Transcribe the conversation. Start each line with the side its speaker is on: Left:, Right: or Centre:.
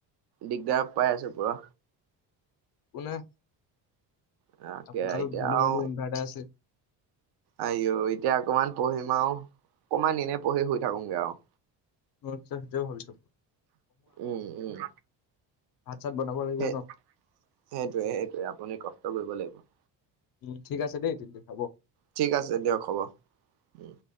Right: দিগদাৰ পাই আছে পুৰা।
Left: কোনে
Right: তাকে
Left: আপোনালোক
Right: এতিয়া
Left: ধনী
Right: আৰু
Left: মানুহ ইনভাৰ্টাৰ আছে।
Right: আইও এতিয়া অকমান পঢ়িম আৰু অকমান এনে পঢ়ি শুই থাকোগে আৰু।
Left: আচ্ছা সেইটোৱে ভাবিছোঁ।
Right: উম উম।
Left: ভাত চাত বনাব লাগিব
Right: সেই
Left: ন
Right: সেইটোৱে সেইটোৱে আপুনি কষ্ট কৰিব লাগিব।
Left: উম ঠিক আছে দেই তেন্তে হ'ব।
Right: ঠিক আছে দিয়ক হ'ব উম,